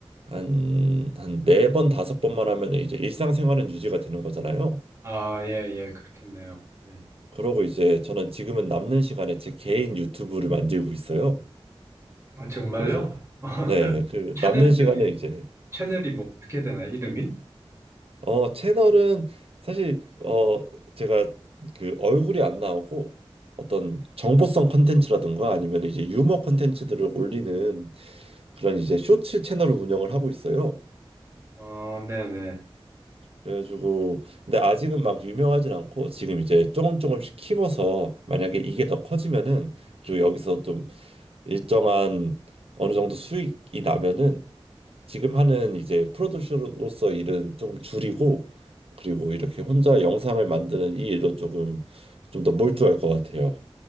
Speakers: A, on the right; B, on the right.
A: 한 한 네 번 다섯 번만 하면은 이제 일상생활은 유지가 되는 거잖아요.
B: 아, 예, 예, 그렇겠네요. 네.
A: 그러고 이제 저는 지금은 남는 시간에 제 개인 유튜브를 만들고 있어요.
B: 아, 정말요?
A: 그래서
B: <laughs>
A: 네, 그
B: 채널
A: 남는 시간에
B: 이름이,
A: 이제
B: 채널이 뭐 어떻게 되나, 이름이?
A: 어 채널은 사실 어 제가 그 얼굴이 안 나오고 어떤 정보성 컨텐츠라든가 아니면 이제 유머 컨텐츠들을 올리는 그런 이제 쇼츠 채널을 운영을 하고 있어요.
B: 어, 네네.
A: 그래가지고 근데 아직은 막 유명하진 않고 지금 이제 조금 조금씩 키워서 만약에 이게 더 커지면은 그리고 여기서 좀 일정한 어느 정도 수익이 나면은 지금 하는 이제 프로듀서로서 일은 조금 줄이고 그리고 이렇게 혼자 영상을 만드는 이 일로 조금 좀 더 몰두할 것 같아요.